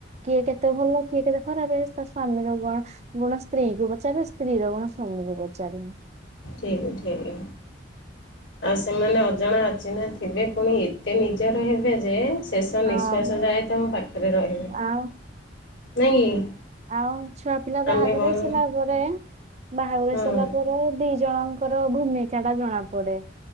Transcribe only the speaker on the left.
ଠିକ୍ ଠିକ୍ ଆଉ ସେମାନେ ଅଜଣା ଅଚିହ୍ନା ଥିବେ ପୁଣି ଏ ତେ ନିଜର ହେବେ ଯେ ଶେଷ
ନିଶ୍ଵାସ ଯାଏ ତମ ପାଖେରେ ରହିବେ।
ନାଇଁ କି?
ଆମେ କଣ
ହଁ